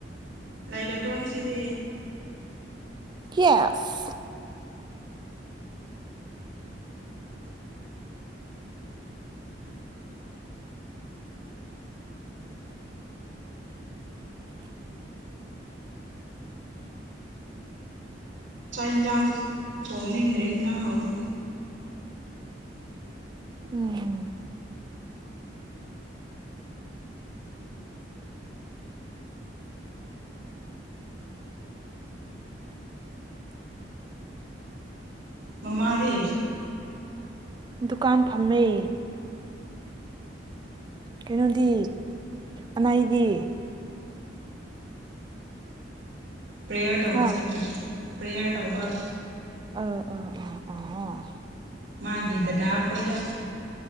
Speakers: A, on the right; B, on the right.
A: ꯂꯩꯒꯗ꯭ꯔꯣ ꯉꯁꯤꯗꯤ
B: ꯌꯦꯁ
A: ꯆꯥꯛ ꯍꯤꯡꯖꯥꯡꯁꯨ ꯊꯣꯡꯅꯤꯡꯗ꯭ꯔꯦ ꯍꯤꯡꯖꯥꯡ ꯍꯥꯎꯇꯦ
B: ꯎꯝ
A: ꯃꯃꯥꯗꯤ
B: ꯗꯨꯀꯥꯟ ꯐꯝꯃꯦ ꯀꯩꯅꯣꯗꯤ ꯑꯃꯩꯗꯤ
A: ꯄ꯭ꯔꯦꯌꯔ ꯇꯧꯕ
B: ꯑꯥ
A: ꯆꯠꯈ꯭ꯔꯦ ꯄ꯭ꯔꯦꯌꯔ ꯇꯧꯕ
B: ꯑꯥ ꯑꯥ ꯑꯥ ꯑꯥ
A: ꯃꯥꯒꯤ ꯗꯗꯥ ꯈꯣꯏꯒ